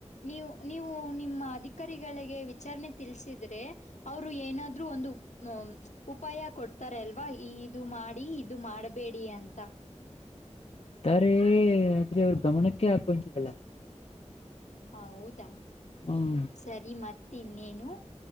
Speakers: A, on the left; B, on the left.
A: ನೀವು ನೀವು ನಿಮ್ಮ ಅಧಿಕಾರಿಗಳಿಗೆ ವಿಚಾರಣೆ ತಿಲ್ಸಿದ್ರೆ. ಅವರು ಏನಾದ್ರರು ಒಂದು. ಉಪಾಯ ಕೊಡ್ತಾರಲ್ವಾ ಇದು ಮಾಡಿ ಇದು ಮಾಡಬೇಡಿ ಅಂತ.
B: ತಾರೆ ಆದ್ರೆ ಅವರು ಗಮನಕ್ಕೆ ಹಾಕೊಂತಿಲ್ಲ.
A: ಹ ಹೌದಾ
B: ಹ್ಮ್
A: ಸರಿ ಮತ್ ಇನ್ನೇನು.